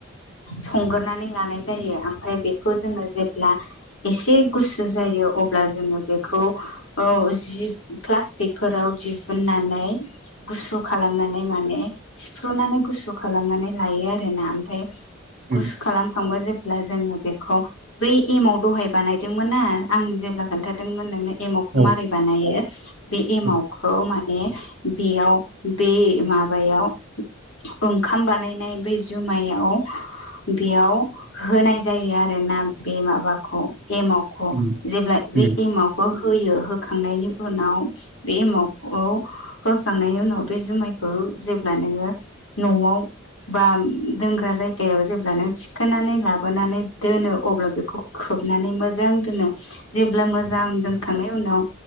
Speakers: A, on the left; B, on the right.
A: संग्रोनानै लानाय जायो ओमफ्राय बेखौ जोङो जेब्ला एसे गुसु ज जायो अब्ला जोङो बेखौ औ जि प्लास्टिकफोराव दिहुननानै गुसु खालामनानै माने सिफ्रुनानै गुसु खालामनानै लायो आरो ना ओमफ्राय
B: उम
A: गुसु खालामखांबा जे ब्ला जोङो बेखौ बै एमाव दहाय बानायदोंमोनना आं जेब्ला खोन्थादोंमोन नोंनो एमावखौ
B: औ
A: मारै बानायो बे एमावखौ
B: औ उम
A: माने बेयाव बे माबायाव ओंखाम बानायनाय बे जुमायाव बेयाव होनाय जायो आरोना बे माबाखौ एमावखौ
B: उम
A: जेब्ला बे
B: उम
A: एमावखौ होयो होखांनायनि उनाव बे एमावखौ होखांनायनि उनाव बे जु मायखौ जेब्ला नोङो न'आव बा दोंग्रा जायगायाव जेब्ला नों थिखोनानै लाबोनानै दोनो अब्ला बेखौ खो खोबनानै मोजां दोनो जेब्ला मोजां दोनखांनायनि उनाव